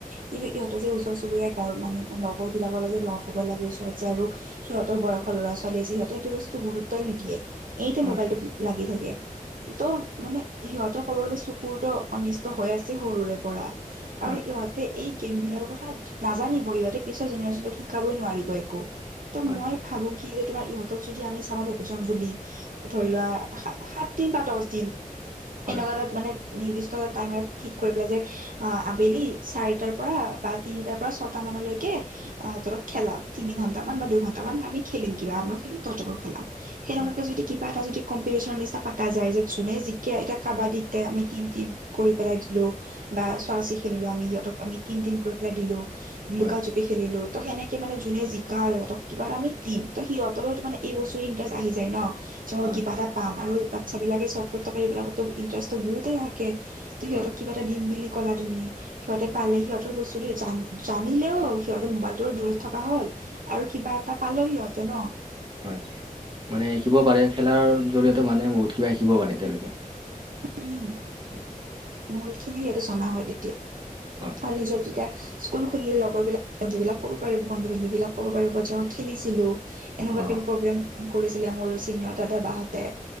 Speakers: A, on the right (about 70°); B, on the right (about 30°).
A: কিন্ত ইহঁত যে ওচৰ চুবুৰীয়াৰ গাঁও মানুহে মানে লগৰ বিলাকৰ যে লগ হ'ব লাগে ওচৰত যে আৰু সিহঁতৰ বয়সৰ ল'ৰা ছোৱালীয়ে যে সিহঁতে সেইটো বস্তু গুৰুত্বই নিদিয়ে, এইতে
B: হয়
A: মোবাইলটোত লাগি থাকে। ত' মানে সিহঁতৰ ক'ব গ'লে চুকুৰটো অনিষ্ট হৈ আছে সৰুৰে পৰা।
B: হয়
A: আৰু ইহঁত, এই গেম বিলাকৰ কথা নাজানিব ইহঁতে পিছৰ জেনেৰেশ্যনতো শিকাবই নোৱাৰিব একো। ত
B: হয়
A: মই ভাবো কি যে তোমাৰ ইহঁত, যদি আমি চামাৰ ভেকচন বুলি ধৰি লোৱা সাত দিন বা দহ দিন।
B: হয়
A: এনেকুৱা এটাত মানে। নিৰ্দিষ্ট এ টাইম এটা ঠিক কৰি পেলাই যে আবেলি চাৰিটাৰ পৰা বা, তিনিটাৰ পৰা ছটা মানলৈকে। আহঁতৰক খেলা তিনি ঘন্টামান বা দুঘন্টামান আমি খেলিম কিবা আমাৰ খেলিম, তহতকো খেলাম সেইসময়তে
B: হয়
A: যদি কিবা এটা যদি। কম্পিটিশনৰ নিচিনা পতা যায় যে যোনে যিকে এতিয়া কাবাডীতে আমি টিম টিম কৰি পেলাই দিলো। বা চোৱা চি খেলিলো আমি সিহঁতক আমি টিম টিম কৰি পেলাই দিলো। লুকা
B: হয়
A: জুপি খেলিলো ত সেনেকে মানে যোনে জিকা‌ আৰু সিহঁত কিবা আমি দিম ত সিহঁতৰ মানে, এই বস্তুৰে ইণ্টাৰেষ্ট আহি যায় ন চ
B: হয়
A: কিবা এটা, পাম আৰু বাচ্ছ বিলাকে চকলেট টকলেট এই বিলাকতো ইন্টাৰেষ্ট বহুই থাকে ত সিহঁত,
B: হয়
A: কিবা এটা দিম বুলি ক'লা তুমি। সিহঁতে পালে সিহঁতৰ বস্তুটো জানিলেও সিহঁতৰ মোবাইলটো দূৰত থকা হল। আৰু কিবা এটা পালেও সিহঁতে ন।
B: হয় মানে শিকিব পাৰে খেলাৰ জৰিয়তে মানে বহুত কিবা শিকিব পাৰে তেওঁলোকে।
A: উম
B: উম,
A: বহুত খিনি আৰু জনা হয় তেতিয়া আৰু
B: হয়
A: নিজৰ যেতিয়া, স্কুল খুলিলে লগৰ বিলাক বন্ধু বিলাক ক'ব পাৰিব বন্ধু বান্ধবিলাক ক'ব পাৰিব যে খেলিছিলো। এনেকুৱাকে
B: অ
A: প্ৰগ্ৰাম, কৰিছিলে মোৰ চিনিয়ৰ দাদা বাহঁতে